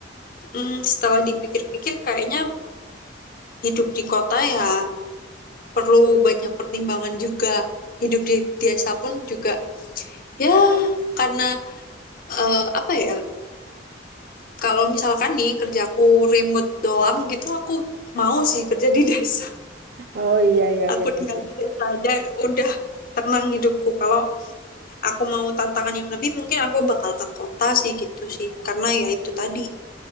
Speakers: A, on the left; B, on the right.
A: mm, setelah dipikir-pikir kayaknya hidup di kota ya perlu banyak pertimbangan juga hidup di desa pun juga ya karena eh, apa ya kalau misalkan nih kerjaku remote doang gitu aku mau sih kerja di desa
B: Oh iya iya
A: aku
B: iya
A: tinggal
B: benar.
A: di desa aja udah tenang hidupku kalau aku mau tantangan yang lebih mungkin aku bakal ke kota sih gitu sih karena ya itu tadi